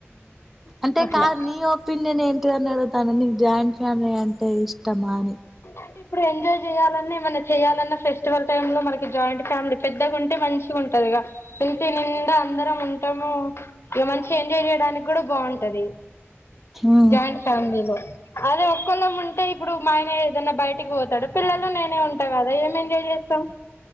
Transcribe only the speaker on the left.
అట్లా
అంటే ఇప్పుడు ఎంజాయ్ చేయాలని ఏ మనా చేయాలన్న ఫెస్టివల్ టైమ్ లో మనకి జాయింట్ ఫ్యామిలీ పెద్దగా ఉంటే మంచిగా ఉంటది ఇంటి నిండా అందరం ఉంటాము ఇక మంచి ఎంజాయ్ చేయడానికి కూడా బాగుంటది
జాయింట్ ఫ్యామిలీలో అదే ఒక్కళ్ళముంట అంటే ఇప్పుడు మా ఆయనే ఏదన్నా బయటికి పోతాడు పిల్లలు నేనే ఉంటా కదా ఏం ఎంజాయ్ చేస్తాం